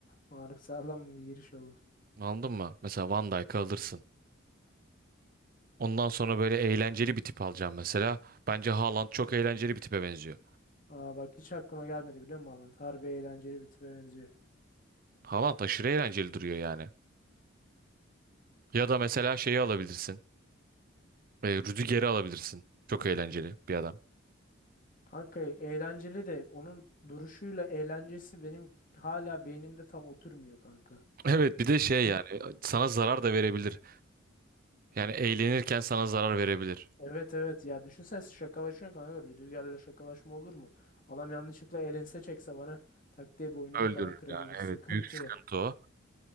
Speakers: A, on the left (about 40°); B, on the right (about 45°).
A: Harbi sağlam bir giriş oldu.
B: Anladın mı? Mesela Van Dijk'ı alırsın. Ondan sonra böyle eğlenceli bir tip alacağım mesela. Bence Haaland çok eğlenceli bir tipe benziyor.
A: Aa bak hiç aklıma gelmedi biliyor musun Alan? Harbi eğlenceli bir tipe benziyor.
B: Haaland aşırı eğlenceli duruyor yani. Ya da mesela şeyi alabilirsin. E, Rüdiger'i alabilirsin. Çok eğlenceli bir adam. <laughs>
A: Kanka eğlenceli de onun duruşuyla eğlencesi benim hala beynimde tam oturmuyor kanka.
B: Evet bir de şey
A: <clears throat>
B: yani e, sana zarar da verebilir. Yani eğlenirken sana zarar verebilir.
A: Evet evet ya düşünsene şakalaşıyorsun kanka Rüdiger'le şakalaşma olur mu? Adam yanlışlıkla elense çekse bana tak diye boynumu
B: Öldürür
A: falan kırabilir
B: yani
A: <laughs> sıkıntı
B: evet büyük sıkıntı
A: ya.
B: o.